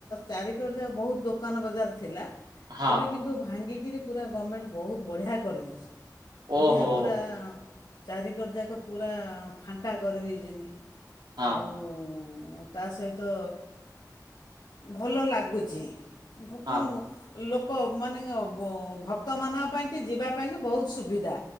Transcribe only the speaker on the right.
ହଁ
ଓହୋ
ହଁ
ହଁ